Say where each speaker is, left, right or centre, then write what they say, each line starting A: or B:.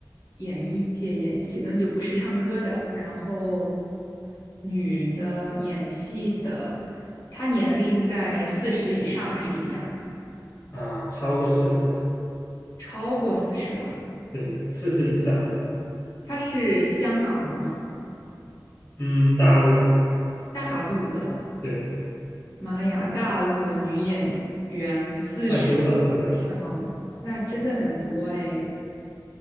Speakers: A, on the left (about 60°); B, on the left (about 35°).
A: 演艺界演戏，那就不是唱歌的。然后，女的演戏的，她年龄在四十以上还是以下？
B: 啊，超过四十了，
A: 超过四十了。
B: 对，四十以上，嗯，
A: 她是香港的吗？
B: 嗯大陆的，
A: 大陆的，
B: 对，
A: 妈呀，大陆的女演员四十以
B: 太多了，是不是？
A: 上，那真的很多哎，